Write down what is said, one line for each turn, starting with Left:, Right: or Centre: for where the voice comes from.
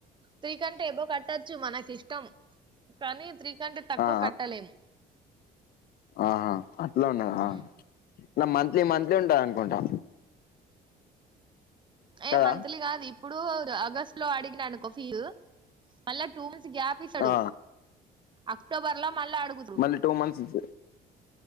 Right: త్రీ కంటే ఎబో కట్టచ్చు మనకి ఇష్టం కానీ త్రీ కంటే తక్కువ
Left: ఆ
Right: కట్టలేము
Left: ఆహా అట్లా ఉన్నద
Right: ఉమ్
Left: ఇట్లా మంత్లీ మంత్లీ ఉంటది అనుకుంటా
Right: ఏ
Left: కదా
Right: మంత్లీ గాదు ఇప్పుడు ఆగస్టు లో అడిగిననుకో ఫీజు మళ్ళా టూ మంత్స్ గ్యా పిస్తడు
Left: ఆ
Right: అక్టోబర్ లో మళ్ళ అడుగుదురు
Left: మళ్ళీ టూ మంత్స్